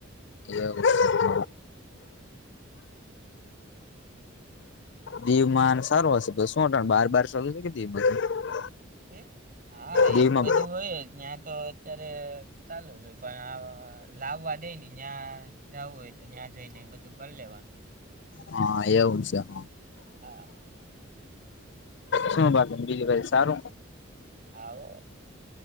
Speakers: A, on the left; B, on the right.
A: એવ <unintelligible> દીવમાં સારું હશે તો શું અતાર બાર બાર <unintelligible>
B: હે હા
A: દીવમાં
B: એવું બધું હોય ન્યાં તો અત્યારે ચાલુ જ હોય પણ લાવવા દેની ન્યાં જવું હોય તો ન્યાં જઈને બધું કરી લેવાનું.
A: હા, એવું છે, હ.
B: હા
A: શું બાકી, બીજું કાઈ સારુ
B: હા